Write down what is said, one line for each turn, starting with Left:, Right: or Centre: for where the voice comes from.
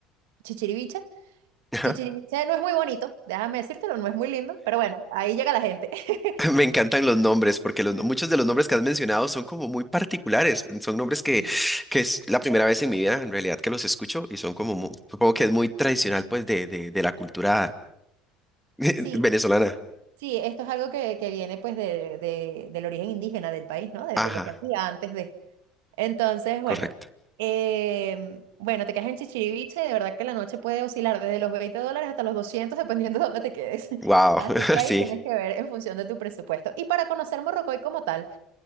Right: Chichiriviche
Centre: <laughs>
Right: Chichén Itzá no es muy bonito, déjame decírtelo, no es muy lindo, pero bueno, ahí llega la gente. <laughs>
Centre: <laughs> Me encantan los nombres, porque los, no- muchos de los nombres que has mencionado son como muy particulares. Son nombres que,
Right: Sí,
Centre: que es la primera vez en mi vida, en realidad, que los escucho y son como, mu- supongo que es muy tradicional, pues, de, de, de la cultura <laughs>
Right: sí,
Centre: venezolana.
Right: sí, esto es algo que, que viene pues de, de- del origen indígena del país, ¿no? De,
Centre: Ajá,
Right: de lo que había antes de... Entonces, bueno,
Centre: correcto.
Right: em, bueno, te quedas en Chichiriviche, de verdad que la noche puede oscilar desde los 20 dólares hasta los 200 dependiendo de dónde te quedes. <laughs>
Centre: Wow,
Right: Así que
Centre: <laughs> sí.
Right: ahí tienes que ver en función de tu presupuesto. Y para conocer Morrocoy como tal,